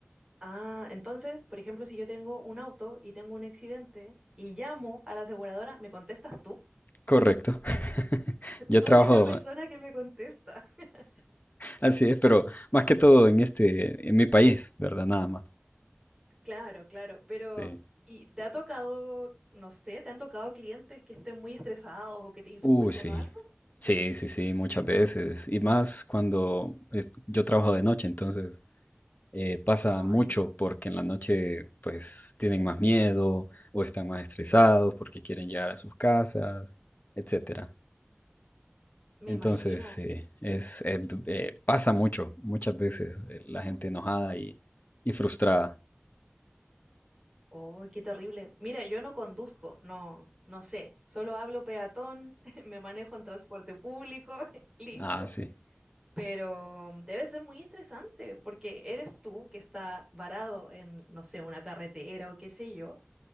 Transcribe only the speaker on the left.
Correcto. <laughs> Yo
trabajo
Así es, pero más que todo en este, en mi país, ¿verdad? Nada más.
Sí.
Uy, sí.
Sí, sí, sí, muchas veces. Y más cuando es- yo trabajo de noche, entonces eh, pasa mucho
porque en la noche pues tienen más miedo o están más estresados porque quieren llegar a sus casas, etcétera.
Entonces,
sí, es, eh, du- eh, pasa mucho, muchas veces eh, la gente enojada y, y frustrada.
Ah, sí.